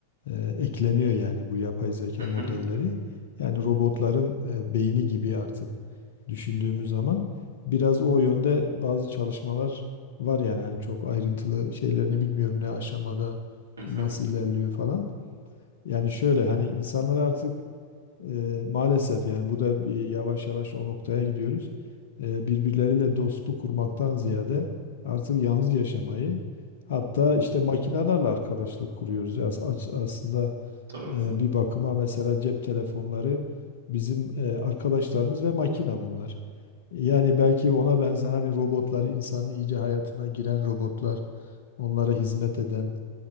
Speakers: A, on the left (about 55°); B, on the right (about 75°).
A: e, ekleniyor yani bu yapay zeka
B: Hı
A: modelleri.
B: hı,
A: Yani robotların e, beyni gibi artık düşündüğümüz zaman biraz o yönde bazı çalışmalar var yani hani çok ayrıntılı şeylerini bilmiyorum ne aşamada
B: hı hı,
A: nasıl ilerliyor falan. Yani şöyle hani insanlar artık Eee, maalesef yani bu da bir yavaş yavaş o noktaya gidiyoruz. Eee, birbirleriyle dostluk kurmaktan ziyade artık yalnız yaşamayı hatta işte makinelerle arkadaşlık kuruyoruz. As as- aslında
B: tabii.
A: eee, bir bakıma mesela cep telefonları bizim eee, arkadaşlarımız ve makina bunlar. Yani belki ona benzer hani robotlar, insanın iyice hayatına giren robotlar, onlara hizmet eden,